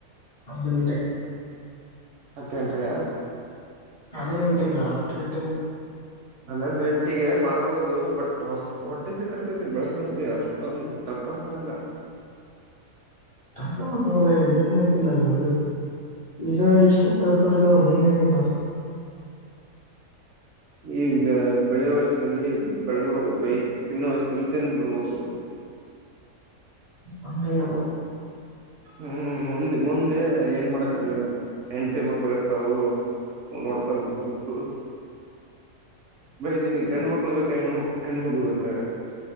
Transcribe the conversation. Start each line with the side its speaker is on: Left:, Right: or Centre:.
Left: ಹತ್ತು ಗಂಟಕ್ಕೆ
Right: ಹತ್ತು ಗಂಟೆಗ
Left: ಹನ್ನೊಂದು ಗಂಟೆಗ ಹತ್ತು ಗಂಟೆ
Right: ಹನ್ನೊಂದ್ ಗಂಟೆಗೆ ಮಾಡ್ಬೋದು ಬಟ್ ಹೊ ಹೊಟ್ಟೆ ಸ ತರ್ಕತಿ ಬೆಳಗ್ ಬೆಳಗ್ಗೆ ಯ ಷ್ಟ ತಡಕೋಳಕಾ ಆಗಲ್ಲ
Left: ತರ್ಕ ಭಯ ಹೆಏಂಗ ಅಂತಿಲ್ಲ ಇಂಗ ನೋಡಿದ್ರ ಇ ಇಷ್ಟ ಅಂತ ಹೇಡ್ಕೊಳಿ್ರ ಮುಂದ್ ಹೆಂಗಿಲ್ಲ
Right: ಈಗ ಬೆಳೆ ವಯಸ್ಸಿನಲ್ಲಿ ಬೆಳೆದ್ ಬಿಡ್ಬ ಬೈ ತಿನ್ನೋ ವಯಸ್ಸನಲ್ಲಿ ತಿಿಂದ್ ಬಿಡ್ಬೇಕು
Left: ಅಂದಲ
Right: ಹ್ಮ್ ಮುಂದೆ ಮುಂದೆ ಏನ್ ಮಾಡಕ್ಕ ಆಗಲ್ಲ ಹೆಂಡತಿ ಮಕ್ಕಳು ಇರ್ತಾವು ಹ ನೋಡ್ಕೊಂತರ್ಬು ಬೈ ನಿನ್ಗ್ ಹೆಣು ಮಕ್ಳು ಬೇಕಾ ಹೆಣಕ್ ಹೆಣ್ಮಗ ಬೇಕಾ